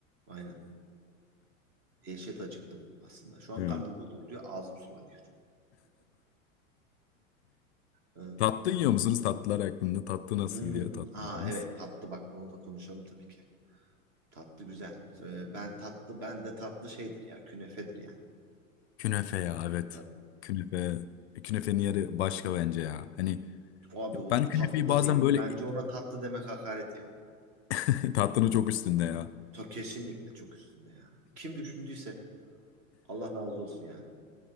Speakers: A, on the right; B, on the left.
A: Aynen. Dehşet acıktım aslında. Şu an
B: Evet.
A: karnım gurulduyor, ağzım sulanıyor. Ha.
B: Tatlı yiyor musunuz? Tatlılar hakkında. Tatlı nasıl
A: Hmm.
B: gidiyor tatlılarınız?
A: Aa evet tatlı bak onu da konuşalım tabii ki. Tatlı güzel. Ee, Ben tatlı ben de tatlı şeydir ya künefedir yani.
B: Künefe ya evet.
A: Tabii.
B: Künefe. Künefenin yeri başka bence ya. Hani
A: O Abi o
B: ben künefeyi
A: tatlı da
B: bazen
A: değil.
B: böyle
A: Bence ona tatlı demek hakaret ya.
B: <laughs> tatlının çok üstünde ya.
A: Ta kesinlikle çok üstünde ya. Kim düşündüyse Allah razı olsun yani.